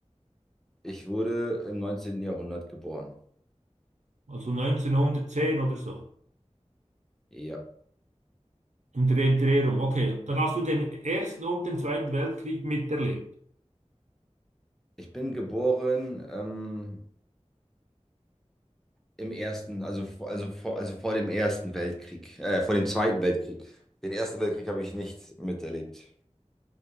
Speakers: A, in the centre; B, on the right.
A: Ich wurde im 19. Jahrhundert geboren.
B: Also 1910 oder so?
A: Ja.
B: Um die Drehung. Okay, dann hast du den Ersten und den Zweiten Weltkrieg miterlebt.
A: Ich bin geboren ähm, im ersten, also, vor- also, vor, also vor dem Ersten Weltkrieg, äh, vor dem Zweiten Weltkrieg. Den Ersten Weltkrieg habe ich nicht miterlebt.